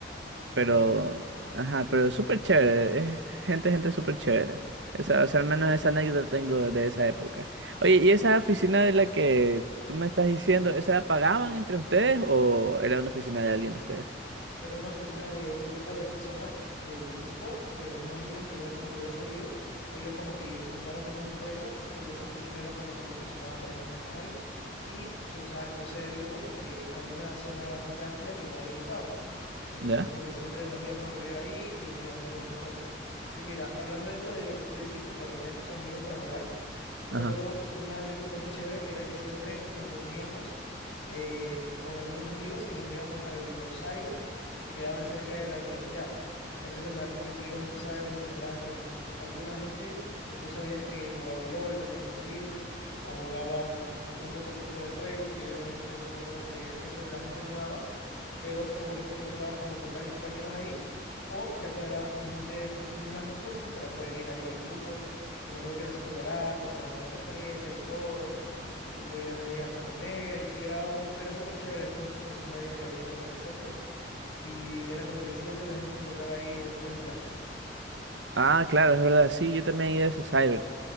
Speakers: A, on the left (about 80°); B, on the right (about 80°).
A: Mm,
B: Pero,
A: entiendo.
B: ajá, pero es súper chévere. Es gente, gente súper chévere. Esa, o sea, al menos esa anécdota tengo de esa época. Oye, ¿y esa oficina de la que tú me estás diciendo, esa la pagaban entre ustedes o era una oficina de alguien de ustedes?
A: Era una oficina de un grupo de personas del grupo, pero los más viejos que ya como que habían salido, ellos como que fundaron unas empresas y esa oficina era como que funcionaban varias empresas ahí y se usaba como sede del grupo porque había una zona bastante amplia que nadie lo usaba. Entonces
B: ¿Ya?
A: como que siempre nos íbamos a reunir ahí y hacíamos todas esas cosas. Y mira, hablando de esto de lo que tú dices que te reunías con tus amigos para jugar, yo
B: Ajá.
A: me acuerdo una anécdota muy chévere que era que siempre nos reuníamos eh, con algunos amigos y nos íbamos a los cybers que quedaban cerca de la universidad. Entonces me parece que tú ibas a esos cyber y te encontrabas con alguna gente que tú sabías que jugaban LOL también, como tú dices, o jugaban algún otro tipo de juego que era en ese tiempo, no me acuerdo que siempre la gente jugaba, pero como que te encontrabas como con varios compañeros ahí. O ya cuadrabas con gente de tus mismos cursos para poder ir ahí en grupo. Yo me acuerdo que era súper barato, te dan una tarjeta y todo y tú podías ahí hasta comer y era un era súper chévere esos esos cybers que habían como en el centro y era como que siempre la gente se encontraba ahí después de clases.
B: Ah, claro, es verdad. Sí, yo también he ido a esos cyber